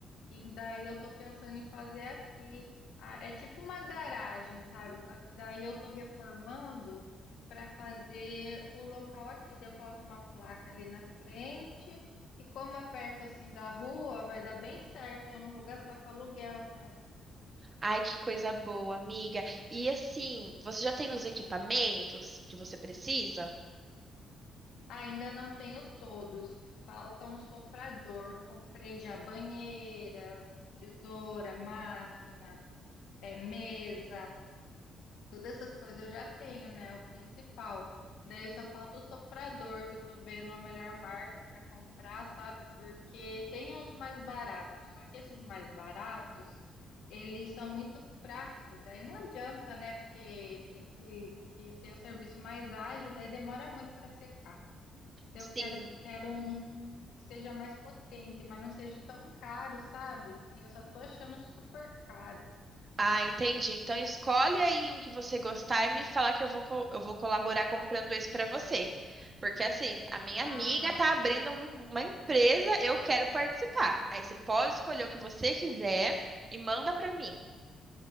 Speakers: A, on the left; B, on the right.
A: E daí eu tô pensando em fazer aqui. Ah, É tipo uma garagem, sabe? Só que daí eu tô reformando para fazer o local aqui. Daí eu coloco uma placa ali na frente. E como é perto assim da rua, vai dar bem certo e eu não vou gastar com aluguel, né?
B: Ai, que coisa boa, amiga. E assim, você já tem os equipamentos que você precisa?
A: Ainda não tenho todos. Falta um soprador. Comprei já banheira, tesoura, máquina, é, mesa. Todas essas coisas eu já tenho, né? O principal. Daí só falta o soprador, que eu tô vendo a melhor marca para comprar, sabe? Porque tem uns mais baratos, só que esses mais baratos, eles são muito fracos. Daí não adianta, né? Porque tem que, que ser o serviço mais ágil, daí demora muito para secar. Daí
B: Sim.
A: eu quero, quero um que seja mais potente, mas não seja tão caro, sabe? E eu só tô achando super caro.
B: Ah, entendi. Então escolhe aí um que você gostar e me falar que eu vou, co- eu vou colaborar comprando esse para você. Porque assim, a minha
A: Ah.
B: amiga tá abrindo um- uma empresa, eu quero participar. Aí você pode escolher o que você quiser e manda para mim.